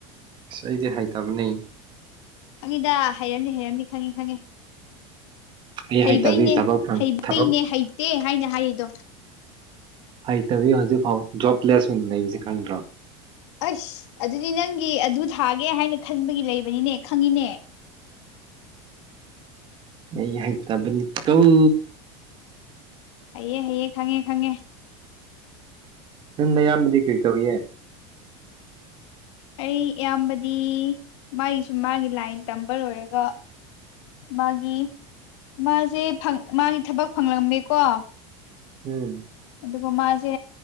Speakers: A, on the right; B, on the left.
A: ꯑꯁ ꯑꯩꯗꯤ ꯍꯥꯏꯇꯥꯕꯅꯦ
B: ꯑꯪꯗ ꯍꯥꯏꯔꯝꯅꯤ ꯍꯥꯏꯔꯝꯅꯤ ꯈꯪꯉꯦ ꯈꯪꯉꯦ
A: ꯑꯩ
B: ꯍꯩꯕꯩꯅꯦ
A: ꯍꯩꯇꯕꯤ ꯊꯕꯛ ꯐꯪ
B: ꯍꯩꯕꯩꯅꯦ
A: ꯊꯕꯛ
B: ꯍꯩꯇꯦ ꯍꯥꯏꯅ ꯍꯥꯏꯔꯤꯗꯣ
A: ꯍꯩꯇꯕꯤ ꯍꯧꯖꯤꯛꯐꯥꯎ ꯖꯣꯕꯂꯦꯁ ꯑꯣꯏꯅ ꯂꯩꯁ ꯈꯪꯗ꯭ꯔꯣ
B: ꯑꯁ ꯑꯗꯨꯗꯤ ꯅꯪꯒꯤ ꯑꯗꯨ ꯊꯥꯒꯦ ꯍꯥꯏꯅ ꯈꯟꯕꯒꯤ ꯂꯩꯕꯅꯤꯅꯦ ꯈꯪꯉꯤꯅꯦ
A: ꯑꯩ ꯍꯥꯏ ꯇꯕꯅꯤ ꯀꯧ
B: ꯑꯌꯦ ꯍꯌꯦ ꯈꯪꯉꯦ ꯈꯪꯉꯦ
A: ꯅꯪꯅ ꯑꯌꯥꯝꯕꯗꯤ ꯀꯩ ꯇꯧꯔꯤ
B: ꯑꯩ ꯏꯌꯥꯝꯕꯗꯤ ꯃꯥꯒꯤꯁꯨ ꯃꯥꯒꯤ ꯂꯥꯏꯟ ꯇꯝꯕ ꯂꯣꯏꯔꯒ ꯃꯥꯒꯤ ꯃꯥꯁꯦ ꯃꯥꯒꯤ ꯊꯕꯛ ꯐꯪꯂꯝꯃꯦꯀꯣ
A: ꯎꯝ
B: ꯑꯗꯨꯒ ꯃꯥꯁꯦ